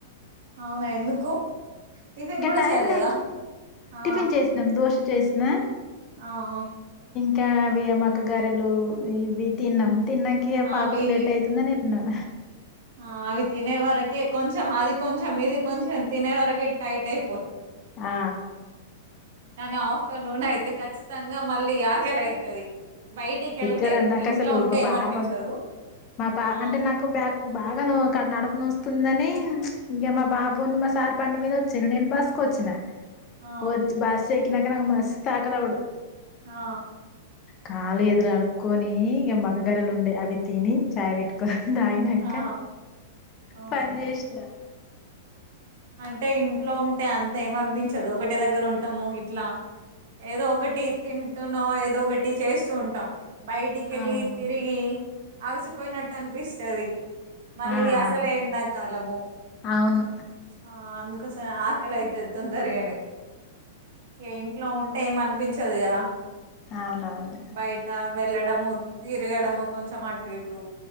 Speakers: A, on the right; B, on the left.
A: అవునా ఎందుకు టిఫిన్
B: ఇంగా
A: కూడా
B: టైం
A: చేయలేదా
B: లేక్
A: ఆ
B: టిఫిన్ చేస్నం దోశ్ చేస్నా
A: ఆ ఒ
B: కా అవియ మక్కా గారెలు ఇవి తిన్నాం. తిన్నంకే
A: ఆ,
B: పాపకు
A: అవి
B: లేట్ అయితుందని ఎల్నాం.
A: ఆ అవి తినే వరకే కొంచెం అది కొంచెం ఇది కొంచెం తినే వరకే టైట్ అయ్
B: ఆ
A: కానీ ఆఫ్టర్నూన్ అయితే ఖచ్చితంగా మళ్ళీ ఆకలి అయితది. బయటికి వెళ్తే
B: ఇక్కడ నాకసలు
A: ఇంట్లో ఉంటే
B: మా
A: ఏమనిపించదు
B: పాప, మా పా
A: ఆ
B: అంటే నాకు బ్యా బాగా నువ్వు కన నడుపు నొస్తుందని చ్ ఇంగా మా బాబును, మా సార్ బండి మీద వచ్చిర్ నేను బస్సుకొచ్చినా
A: ఆ
B: వచ్చ్ బస్ ఏ క్కినాక నా మస్తు తాకలొడు.
A: ఆ
B: కాళ్లు ఎతులు అడుక్కుని, ఇక మక్కా గరెలు ఉండే అ తిని చాయ్ పెట్టుకుని దాగినంక
A: ఆ ఆ
B: పన్ చేస్నా
A: అంటే ఇంట్లో ఉంటే అంతేమి అనిపించదు. ఒకటి దగ్గర ఉంటాము, ఇట్లా ఏదో ఒకటి తింటున్నామో ఏదో ఒకటి చేస్సూ ఉంటాం. బయటికెళ్లి
B: అవును
A: తిరిగి అలసిపోయినట్టు అనిపిస్సది. మళ్ళీ
B: ఆ
A: అసలే
B: ఆ
A: ఎండకాలము
B: అవును
A: ఆ అందుకోసం ఆకలి అయితది తొందర్గనే ఏ ఇంట్లో ఉం టే ఏం అనిపించదు కదా
B: అవునవును
A: బయట వెళ్ళడము తిరగడము కొంచం అటు ఇటు